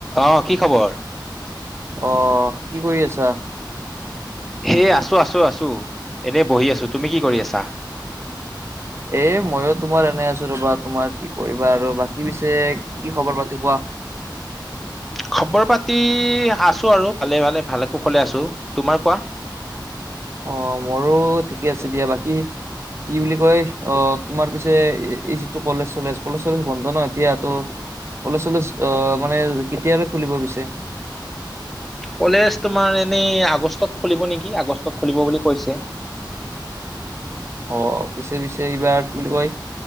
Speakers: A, in the centre; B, on the right (about 35°).
A: অ', কি খবৰ?
B: অ', কি কৰি আছা?
A: সেই আছো, আছো, আছো, এনেই বহি আছো, তুমি কি কৰি আছা?
B: এই মইয়ো তোমাৰ এনে আছো ৰ'বা, তোমাৰ কি কৰিবা আৰু বাকী পিছে কি খবৰ পাতি কোৱা
A: খবৰ পাতি আছো আৰু ভালে, ভালে, ভালে কুশলে আছো, তোমাৰ কোৱা।
B: অ', মোৰো ঠিকে আছে দিয়া, বাকী কি বুলি কয়, অ', তোমাৰ পিছে এই যিটো কলেজ চলেজ, কলেজ চলেজ বন্ধ ন' এতিয়া ত' কলেজ চলেজ, অ', মানে কেতিয়ালৈ খুলিব পিছে?
A: কলেজ তোমাৰ এনেই আগষ্টত খুলিব নেকি, আগষ্টত খুলিব বুলি কৈছে।
B: অ', পিছে, পিছে, এইবাৰ কি বুলি কয়,